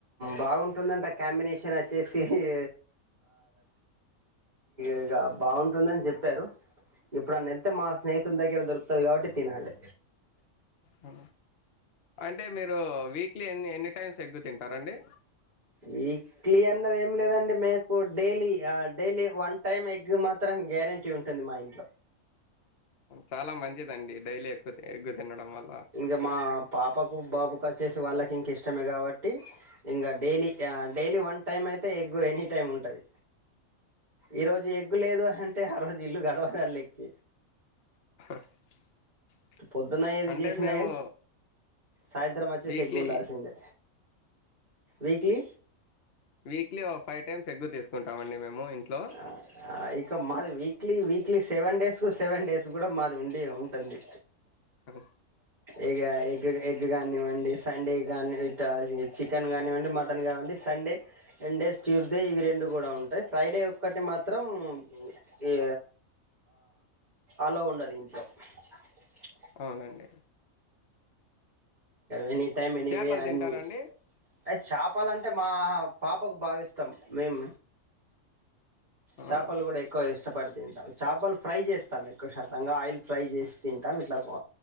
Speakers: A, on the right; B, on the left.
A: బాగుంటుందంట కాంబినేషన్ వచ్చేసి ఇ ఇగ బాగుంటుందని చెప్పారు ఎప్పుడు అన్న వెళ్తే మా స్నేహితులు దగ్గర దొరుకుతది కాబట్టి తినాలి
B: ఆ అంటే మీరు వీక్లీ ఎ ఎన్ని టైమ్స్ ఎగ్ తింటారాండి
A: వీక్లీ అన్నది ఏం లేదండి మీకు daily daily one time egg మాత్రం గ్యారెంటీ ఉంటుంది మా ఇంట్లో
B: చాలా మంచిదిండి డైలీ ఎగ్ ఎగ్గు తినడం వల్ల
A: ఇంగ మా పాపకు బాబుకు వచ్చెసి వాళ్ళకి ఇంక ఇష్టమే కాబట్టి ఇంగ డైలీ ఆ డైలీ వన్ టైమ్ అయితే ఎగ్ ఎనీ టైం ఉంటది ఈ రోజు ఎగ్ లేదు అంటే ఆ రోజు ఇల్లు గడవదల్ల ఎగ్
B: <unintelligible>
A: పొద్దున ఏది
B: అంటే
A: చేసినా
B: మేము
A: కాని సాయంత్రం వచ్చే
B: వీక్లీ
A: సి ఎగ్ ఉండాల్సిందే విక్లీ
B: వీక్లీ ఒక ఫైవ్ టైమ్స్ ఎగ్గు తీసుకుంటాంమండి మేము ఇంట్లో
A: ఆ ఆ ఇంక మాది వీక్లీ వీక్లీ సెవెన్ డేస్కు సెవెన్ డేస్ కూడా మాది ఉండి ఉంటుంది
B: ఆ
A: ఇగ ఎగ్ ఎగ్ కానివ్వండి సండే కానీ ఇక చికెన్ కానివ్వండి మటన్ కానివ్వండి సండే సండే సండే ట్యూస్డే ఇవి రెండు కూడా ఉంటాయి ఫ్రైడే ఒకటి మాత్రం ఇ అలో ఉండదు ఇంట్లో <unintelligible>
B: అవునండి
A: ఎని టైమ్ ఎనివే
B: చేపలు
A: అన్ని
B: తింటారండి
A: అయి చాపాలంటే మా పాపకు బాగా ఇష్టం మేం
B: అవునండి
A: చాపలు కూడా ఎక్కువ ఇష్టపడు తింటాం చాపలు ఫ్రై చేస్తాం ఎక్కువ శాతంగా ఆయిల్ ఫ్రై చేసి తింటాం ఇట్లా